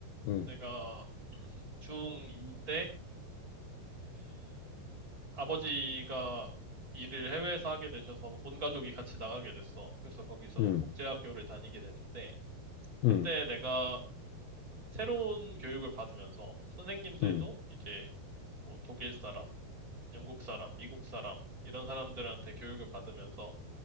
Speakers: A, on the left (about 70°); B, on the right (about 20°).
A: 응,
B: 내가 중2 때 아버지가 일을 해외에서 하게 되셔서 온 가족이 같이 나가게 됐어. 그래서 거기서
A: 응,
B: 국제학교를 다니게 됐는데,
A: 응,
B: 그때
A: 응,
B: 내가 새로운 교육을 받으면서 선생님들도
A: 응,
B: 이제 뭐 독일 사람, 영국 사람, 미국 사람, 이런 사람들한테 교육을 받으면서